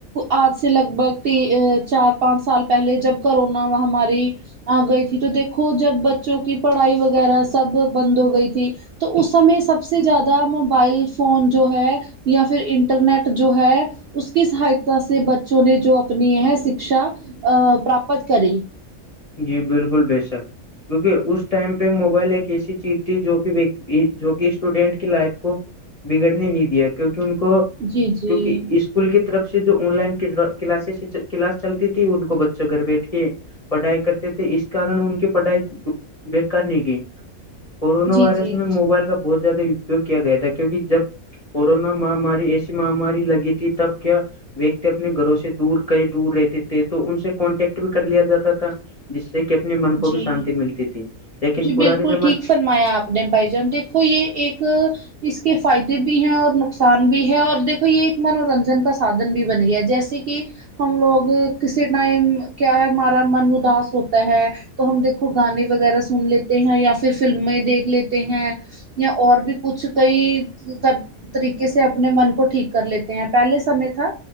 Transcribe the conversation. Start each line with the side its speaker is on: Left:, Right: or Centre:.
Right: آج سے لگ بھگ ت چار پانچ سال پہلے جب کرونا مہ ہماری آ گئی تھی تو دیکھو جب بچوں کی پڑھائی وغیرہ سب بند ہو گئی تھی تو اس سمے سب سے س سے زیادہ موبائل فون جو ہے یا پھر انٹرنیٹ جو ہے اس کی سہاتا سے بچوں نے جو اپنی یہ شکشا پراپت کری
Left: جی بالکل بے شک کیونکہ اس ٹائم پہ موبائل ایک ایسی چیز تھی جو کہ جو کہ اسٹوڈینٹ کی لائف کو بگڑنے نہیں دیا کیونکہ ان کو
Right: جی جی
Left: کیونکہ اس کول کی طرف سے جو آن لائن کلاس کلاس چلتی تھی ان کو بچوں گھر بیٹھ کے پڑھائی کرتے تھے اس کارن ان کی پڑھائی بےکار نہیں گئی کورونا
Right: جی
Left: وائرس
Right: جی
Left: میں موبائل کا بہت زیادہ اپیوگ کیا گیا تھا کیونکہ جب کورونا مہماری ایسی مہماری لگی تھی تب کیا ویکتی اپنے گھروں سے دور کئی دور رہتے تھے تو ان سے کانٹیکٹ بھی کر لیا جاتا تھا جس سے کہ اپنے من کو
Right: جی
Left: بھی شانتی ملتی تھی لیکن
Right: جی
Left: پرانے
Right: بالکل
Left: زمانے
Right: ٹھیک فرمایا اپنے بائی جان دیکھو یہ ایک اس کے فائدے بھی ہیں اور نقصان بھی ہے اور دیکھو یہ ایک منورنجن کا سادھن بھی بن گیا جیسے جیسے کہ ہم لوگ کسی ٹائم کیا ہے ہمارا من اداس ہوتا ہے تو ہم دیکھو گانے وغیرہ سن لیتے ہیں یا پھر فلمیں دیکھ لیتے ہیں یا اور بھی کچھ کئی کر طریقے سے اپنے من کو ٹھیک کر لیتے ہیں پہلے سمے تھا